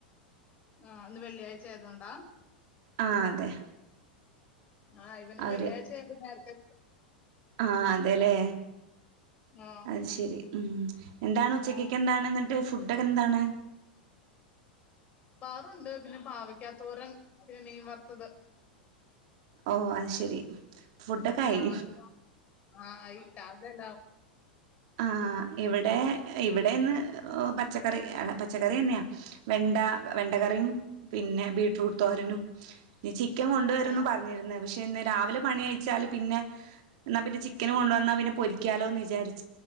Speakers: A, on the left (about 30°); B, on the right (about 50°).
A: ആഹ് ഇന്ന് വെള്ളിയാഴ്ച ആയതൊണ്ടാ
B: ആഹ് അതെ
A: ആഹ് ഇവനും
B: അവര്
A: വെള്ളിയാഴ്ചയായൊണ്ട് നേരത്തെ
B: ആഹ് അതെല്ലേ
A: ആ
B: അത് ശരി ഉം എന്താണ് ഉച്ചക്കക്ക്
A: ആ
B: എന്താണ് എന്നിട്ട് ഫുഡൊക്കെ എന്താണ്
A: ണ്ട് പിന്നെ പാവക്കാത്തോരൻ പിന്നെ മീൻ വറുത്തത്
B: ഓ അ ശരി ഫുഡൊക്കെ ആയി
A: ആഹവി ആഹ് ആയിട്ട അതെല്ല
B: ആഹ ഇവിടെ ഇവിടെന്ന് പച്ചക്കറി പച്ചക്കറി തന്നെയാ വെണ്ട വെണ്ടക്കറിയും പിന്നെ ബീടറൂട്ട് തോരനും ഒം കൊണ്ടുവരുരുന്നു
A: ആ
B: പറഞ്ഞിരുന്ന പക്ഷെ ഇന്ന് രാവിലെ പണി അയച്ചാല് പിന്നെ എന്നാ പിന്നെ ചിക്കന് കൊണ്ടുവ വന്നാൽ പിന്നെ പൊരിക്കാലോ എന്ന് വിചാരിച്ചു